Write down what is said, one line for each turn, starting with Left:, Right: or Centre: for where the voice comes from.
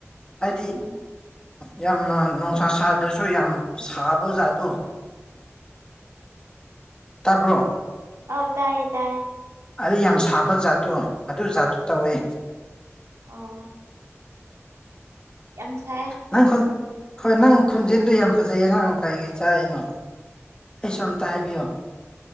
Left: ꯍꯥꯏꯗꯤ
Right: ꯎꯝ
Left: ꯌꯥꯝꯅ ꯅꯨꯡꯁꯥ ꯁꯥꯗ꯭ꯔꯁꯨ ꯌꯥꯝ ꯁꯥꯕ ꯖꯥꯠꯇꯣ ꯇꯥꯕ꯭ꯔꯣ
Right: ꯑꯧ ꯇꯥꯏꯌꯦ ꯇꯥꯏ
Left: ꯑꯩ ꯌꯥꯝ ꯁꯥꯕ ꯖꯥꯠꯇꯣ ꯑꯗꯨ ꯖꯥꯠꯇꯨ ꯇꯧꯏ
Right: ꯑꯥ ꯌꯥꯝ ꯁꯥꯏ
Left: ꯅꯪ ꯈꯨꯟ ꯍꯣꯏ ꯅꯪ ꯈꯨꯟꯖꯦꯜꯗꯣ ꯌꯥꯝ ꯐꯖꯩꯌꯦ ꯅꯪ ꯀꯔꯤ ꯀꯩ ꯆꯥꯔꯤꯅꯣ ꯑꯩꯁꯨ ꯑꯝꯇ ꯍꯥꯏꯕꯤꯌꯣ